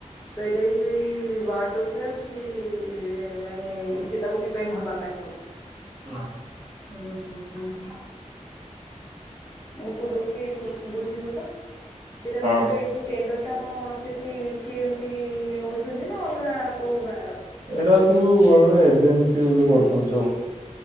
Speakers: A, on the left (about 15°); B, on the right (about 75°).
A: ତ ଏଇଟା ଏ ଯୋଉ ଏଇ ୱାଟ ଉପରେ ଆଉ କିଛି ମାନେ ସିଏ ତାକୁ ଡିପେଣ୍ଡ ହବାକୁ ପାଇଁ ପଡ଼ିଲୁ
B: ନାଇଁ
A: ହୁଁ ହୁଁ ହୁଁ ହୁଁ। ଏହାକୁ ଦେଖିକି ବୁଝିବୁ ତ। ସେଇଟା
B: ହଁ
A: ଏବେ ଏଇ ଯୋଉ ଟେଣ୍ଡର ତମ ସେଠି କିଏ ଏମିତି ନଉଛନ୍ତି ନା ଅଲଗା କୋଉ ଗାଁ ର
B: ଏଇଟା ସବୁ ବେଳେ ଏଜେନ୍ସି ମାନେ କରୁଛନ୍ତି ସବୁ।